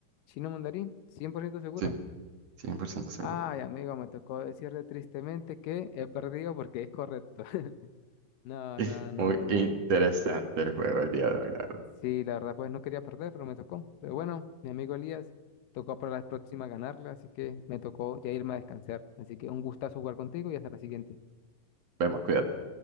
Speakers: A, on the left; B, on the right.
A: ¿Chino mandarín? cien por ciento seguro?
B: Sí, 100% seguro.
A: Ay, amigo, me tocó decirle tristemente que he perdido porque es correcto. <laughs> No,
B: <laughs>
A: no, no,
B: Muy
A: no.
B: interesante el juego el día de hoy, la verdad.
A: Sí, la verdad, pues no quería perder, pero me tocó. Pero bueno, mi amigo Elías, tocó para la próxima ganarle, así que me tocó ya irme a descansar. Así que un gustazo jugar contigo y hasta la siguiente.
B: Vemos, cuídate.